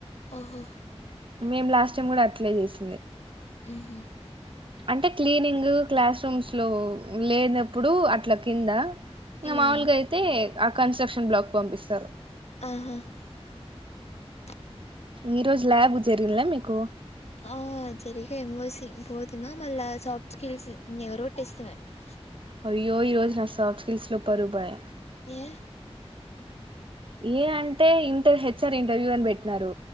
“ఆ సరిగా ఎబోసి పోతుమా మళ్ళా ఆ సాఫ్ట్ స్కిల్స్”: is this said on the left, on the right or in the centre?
Left